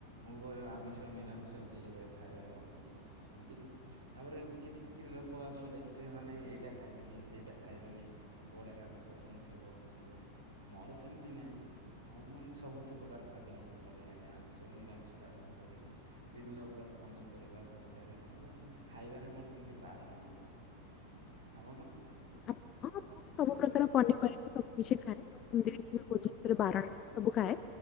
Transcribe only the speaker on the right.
ଉଭୟ ଆମିଷ ନିରାମିଷ ଦିରେ ଯାକରେ ଖାଇବାରେ ମୋର ରୁଛି ସେମିତି କିଛି ତାପରେ କି କିଛି କିଛି ଲୋକ ଆପଣ ଦେଖିଥିବେ ମାନେ ଏଇଟା ଖାଇବେନି ସେଇଟା ଖାଇବେନି। କୋଉଡା କାହାକୁ ପସନ୍ଦ ଥିବ ନଥିବ ମୋର ସେମିତି ନାଇଁ ମୋ ମ ସମସ୍ତ ପ୍ରକାର ଖାଦ୍ୟ ମୋତେ ଭଲ ଲାଗେ ଆମିଷ ନିରାମିଷ ଟା ଆରମ୍ଭ କରିକି ବିଭିନ୍ନ ପ୍ରକାର ପନିପରିବା ତରକାରୀ ମୋର ସେମିତି ଖାଇବାରେ ମୋର ସେମତି ବାରଣ ନୁହଁ। ଆପଣ